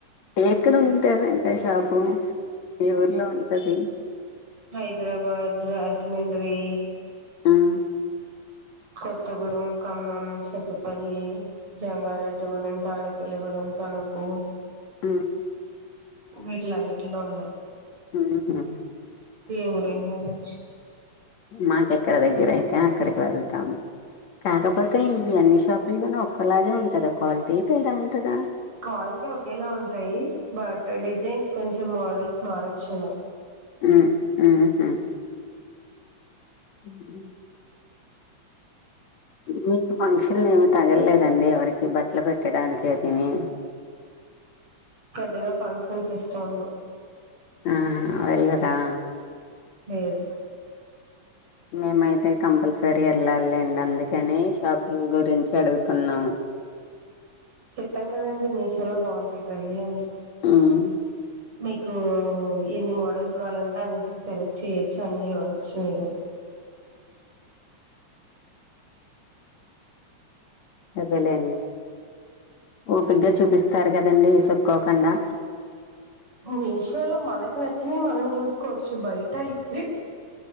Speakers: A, on the left (about 70°); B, on the right (about 50°).
A: ఎక్కడ ఉంటదా ఇంకా షాపు ఏ ఊర్లో ఉంటది
B: హైదరాబాద్ రాజమండ్రి
A: ఉమ్
B: కొత్తగూడెం ఖమ్మం సతుపల్లి జంగారెడ్డిగూడెం తాడపిల్లిగూడెం తణకు
A: ఉమ్
B: వీట్ల అన్నిట్లో ఉన్నాయి
A: ఆహా
B: ఏవు రయినా వా
A: మాకు ఎక్కడ దగ్గర అయితే అక్కడికి వెళ్తాము కాకపోతే ఈ అన్ని షాపుల్లోన ఒక్కలాగే ఉంటుందా క్వాలిటీ తేడా ఉంటుందా
B: క్వాలిటీ ఒకేలా ఉంటాయి బట్ డిజైన్స్ మోడల్స్ మారొచ్చు
A: ఉమ్ ఉహ్ ఉ మీకు ఫంక్షన్ ఏమి తగలలేదండి ఎవరికి బట్టలు పెట్టడానికి తని
B: పెద్దగా ఫంక్షన్స్ ఇష్టము ఉండవు
A: ఆహా వెళ్ళరా
B: లేదు
A: మేమైతే కంపల్సరీ వెళ్ళాలిండి అందుకని షాపింగ్ గురించి అడుగుతున్నాము
B: చెప్పాను కదండి మీషోలో బాగుంటాయి ట్రై చేయండి
A: ఉమ్
B: మీకు ఎన్ని మోడల్స్ కావాలంటే అన్న సెలెక్ట్ చేయ్యొచ్చు అన్ని చూడొచ్చు మీరు
A: అదేలేండి ఊపిగగా చూపిస్తారు కదండి ఇసుక్కోకుండా
B: మీషోలో మనకు నచ్చిన మనం చూసుకోవచ్చు బయట అయితే